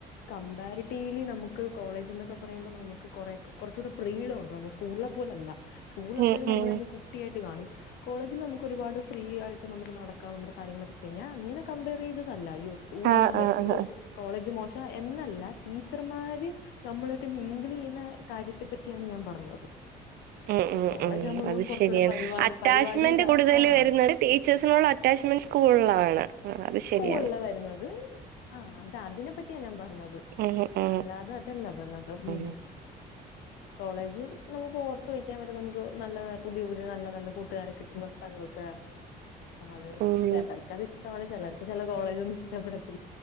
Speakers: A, on the left; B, on the right.
A: കമ്പാരിറ്റീവ്ലി നമുക്ക് കോളേജ് എന്നൊക്കെ പറയുമ്പോ നമുക്ക് കുറെ കുറച്ച കൂടെ ഫ്രീയില ഉണ്ട് നമ്മ സ്കൂളിലെ പോലെ അല്ല സ്കൂളില
B: ഉം
A: എപ്പോഴും നമ്മളെറെ
B: ഉം
A: കുട്ടിയായിട്ട് കാണും. കോളേജിൽ നമുക്ക് ഒരുപാട് ഫ്രീ ആയിട്ട് നമുക്ക് നടക്കാം നമ്മ കാര്യങ്ങളൊക്കെ ചെയ്യിഞ്ഞാ അങ്ങനെ കമ്പയർ ചെയ്തല്ല ഈ സ്കൂളാണ്
B: ആഹ്
A: ബെറ്റർ
B: ആഹ് ആഹ്
A: കോളേജ് മോ ശം എന്നല്ല ടീച്ചർമാര് നമ്മളായിട്ട് മിങ്ങലെ ചെയ്യുന്ന കാര്യത്തെ പറ്റിയാണ് ഞാൻ പറഞ്ഞത്.
B: ഉം ഉം
A: കോളേജ്
B: ഉം
A: ആകുമ്പോ നമുക്ക്
B: അത്
A: കുറച്ചുകൂടെ
B: ശരിയാണ്
A: പരിപാടി
B: അറ്റാച്ച്മെന്റ്
A: പരിപാടിയും
B: കൂടുതൽ
A: ആഹ്
B: വരുന്ന ടീച്ചേഴ്സിനുള്ള അറ്റാമെന്റ് സ്കൂളിലാണ്. ആഹ് അത്
A: സ്കൂളില്
B: ശരിയാണ്.
A: വരുന്നത് ആ അത അതിനെ പറ്റിയാ ഞാൻ പറഞ്ഞത്.
B: ഉം ഉം
A: അല്ലാതെ അതല്ല പറഞ്ഞതും
B: ഉം
A: ഉ കോളേജും. നമുക്ക് ഓർത്ത് വഴിക്കാൻ വരെ നമുക്ക് നല്ല പുതിയ പുതിയ നല്ല നല്ല കൂട്ടുകാരൊട്ടും കുന്ന സ്ഥലൊക്കൊണ്
B: ഉം
A: ചിലർക്കത് ഇഷ്ടമാണ് ചിലർക്ക് ചില കോളേജ ഒന്നും ഇഷ്ടപ്പെട